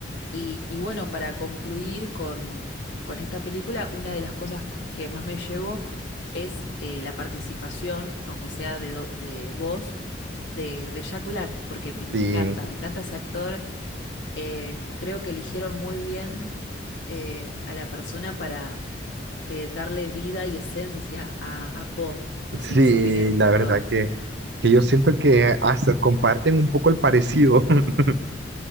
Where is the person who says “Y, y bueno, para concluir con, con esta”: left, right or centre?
Left